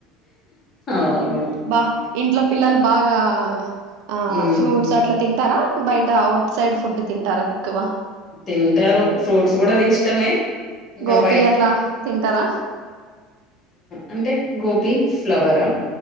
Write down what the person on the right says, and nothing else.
అబా ఇంట్లో పిల్లలు బాగా ఆ
ఫ్రూట్స్ అట్లా తిం టారా బయట ఔట్ సైడ్ ఫుడ్ తింటారా ఎక్కువ
గోపి
అట్లా తింటారా